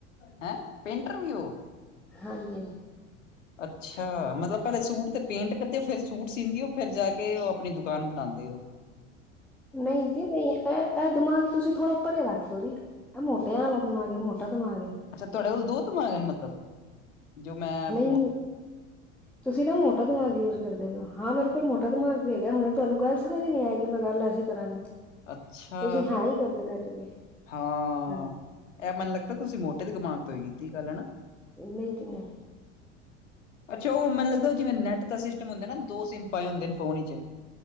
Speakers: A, on the left (about 70°); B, in the centre.
A: ਹੈਂ, ਪੇਂਟਰ ਵੀ ਓ
B: ਹਾਂਜੀ।
A: ਅੱਛਾ ਮਤਲਬ ਪੈਲੇ ਸੂਟ ਤੇ ਪੇਂਟ ਕਰਦੇ ਊ ਫੇਰ ਸੂਟ ਸਿੰਦੇ ਹੋ ਫਿਰ ਜਾ ਕੇ ਉਹ ਆਪਣੀ ਦੁਕਾਨ ਬਣਾਉਂਦੇ ਊ
B: ਨਈ ਜੀ ਨਈ ਏਹ-ਏਹ ਦਮਾਗ ਤੁਸੀਂ ਥੋੜਾ ਪਰੇ ਰੱਖ ਦੋ ਜੀ। ਆ ਮੋਟਿਆਂ ਆਲਾ ਦਿਮਾਗ ਐ ਮੋਟਾ ਦਮਾਗ ਏ।
A: ਅੱਛਾ ਤੁਆਡੇ ਕੋਲ ਦੋ ਦਮਾਗ ਨੇ ਮਤਲਬ ਜੋ ਮੈਂ
B: ਨਹੀਂ
A: ਮੋ
B: ਤੁਸੀਂ ਨਾ ਮੋਟਾ ਦਮਾਗ ਯੂਜ ਕਰਦੇ ਪਏ ਓ ਹਾਂ ਮੇਰੇ ਕੋਲ ਮੋਟਾ ਦਮਾਗ ਵੀ ਹੈਗਾ ਹੁਣ ਤੁਆਨੂੰ ਗੱਲ ਸਮਝ ਨੀ ਆਏਗੀ ਮੈਂ ਗੱਲ ਐਸੀਂ ਕਰਾਂਗੀ
A: ਅੱਛਾ,
B: ਤੁਸੀਂ ਹਾਂ ਹੀ ਕਰਦੇ ਰਹਿ ਜਾਓਗੇ
A: ਹਾਂ।
B: ਹਾਂਜੀ
A: ਏਹ ਮਨੂੰ ਲੱਗਦਾ ਤੁਸੀਂ ਮੋਟੇ ਦੇ ਦਿਮਾਗ ਤੋਂ ਈ ਕੀਤੀ ਗੱਲ ਹੈਨਾ।
B: ਨਈ ਦੀ ਨਈ।
A: ਅੱਛਾ ਓ ਮੈਨ ਲੱਗਦਾ ਜਿਵੇਂ ਨੈੱਟ ਦਾ ਸਿਸਟਮ ਹੁੰਦਾ ਨਾ ਦੋ ਸਿੰਮ ਪਾਏ ਹੁੰਦੇ ਨੇ ਫੋਨ ਇਚ